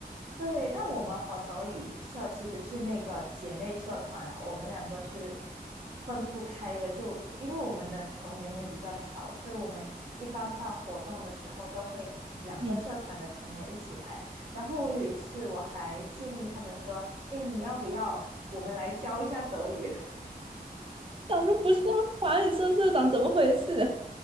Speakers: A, on the right (about 55°); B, on the right (about 35°).
A: 对，但我们和德语社其实是那个姐妹社团啦，我们两个是分不开的，就因为我们的成员也比较少，所以我们一般办活动的时候都会两个社团的成员一起来。
B: 你
A: 然后我有一次我还建议他们说：“诶，你要不要我们来教一下德语？”
B: 想说不是啊，法语社社长怎么回事？